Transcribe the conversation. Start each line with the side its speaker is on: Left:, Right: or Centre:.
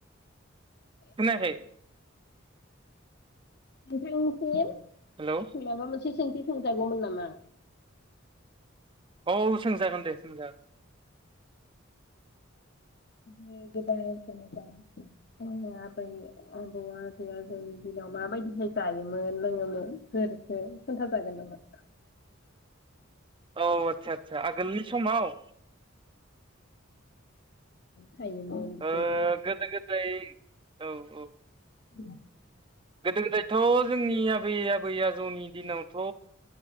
Right: खोनायाखै
Left: नोंथांसि
Right: हेलौ
Left: <unintelligible> माबा मोनसे सोंथि सोंजागौमोन नामा?
Right: औ सोंजागोन दे सोंजा
Left: गोदो गोदाय जेनबा जोंनि आबै आबौ आजै आजौनि दिनाव माबायदिहाय जायोमोन लोङोमोन फोरखो खोन्था जागोन नामा?
Right: औ आतसा आतस <unintelligible> आगोलनि समाव?
Left: थायोमोन बिसोरो
Right: ओ गोदो गोदाय औ औ
Left: <inaudible>
Right: गोदो गोदायथ' जोंनि आबै आबै आजौनि दिनावथ'